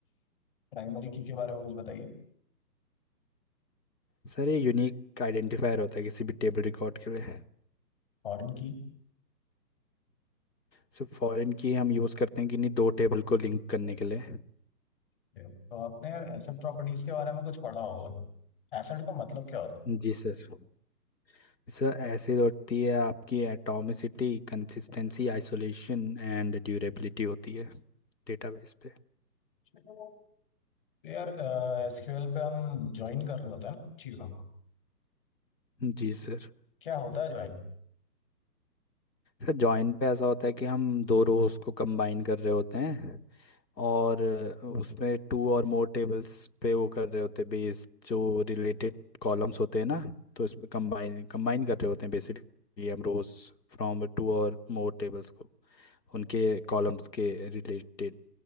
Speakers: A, on the left; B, on the left.
A: प्राइमरी की के बारे में कुछ बताइए
B: सर ये यूनिक आइडेंटिफायर होता है किसी भी टेबल रिकॉर्ड के लिए
A: फॉरेन की
B: सर फॉरेन की हम यूज़ करते हैं किन्हीं दो टेबल को लिंक करने के लिए
A: Yeah. तो आपने यार एसेट प्रॉपर्टीज के बारे में कुछ पढ़ा होगा एसेट का मतलब क्या होता
B: जी सर सर ऐसी होती है आपकी atomicity consistency
A: है
B: isolation and durability होती है डेटाबेस पे
A: तो यार एसक्यूएल पे हम ज्वाइन कर रहे होते हैं ना चीजों को
B: जी सर
A: क्या होता है ज्वाइन
B: सर जॉइन पे ऐसा होता है कि हम दो रोज को कंबाइन कर रहे होते हैं और अ, उसमें टू और मोर टेबल्स पे वो कर रहे होते हैं बेस जो रिलेटेड कॉलम्स होते हैं ना तो इस पे कंबाइन कंबाइन कर रहे होते हैं बेसिकली हम rows from two or more tables को उनके कॉलम्स के रिलेटेड